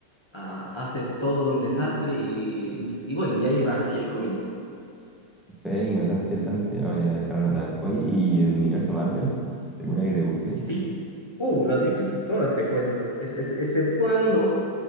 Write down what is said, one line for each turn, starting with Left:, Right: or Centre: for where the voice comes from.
Left: ah, hace todo un desastre y, y- y bueno, y ahí va, y ahí comienza.
Centre: Sí, bastante interesante, la voy a dejar anotada. Oye, ¿y el universo Marvel? ¿Alguna que te guste?
Left: Sí, uh, las di casi todas, te cuento, es- es- exceptuando